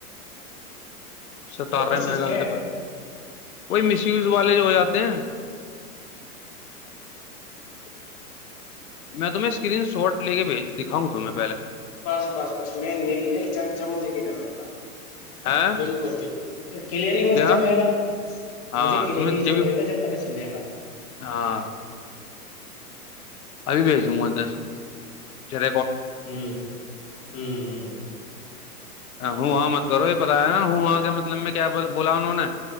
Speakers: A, on the left; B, on the left.
A: ستارے
B: کیا کس
A: میرے
B: چیز
A: گال
B: کے ہے
A: سے وہی مس یوز والے جو ہو جاتے خالی اوج عا رہی ہے میں تمہیں اسری شٹے کے بھیج دکھاؤں تو میں
B: بس بس بس مین یہی ہے جب جم مجھے کدھر ہوئے ب
A: ہے
B: بالکل بالکل جی کیلری
A: کیا
B: مجھے جب ہوئےا
A: ہاں
B: مجھے کیلری
A: تمہیں
B: جب
A: بھی
B: ہوئے گا جب پتا چل چلے کاا
A: ہاں اب بھیس ہ تھاس جر
B: ہوں ہوں ہ
A: ہ ہاں م کرو یہ پتا ہے نا ہوں وہاں کے مطلب میں کیا بولا انہوں نے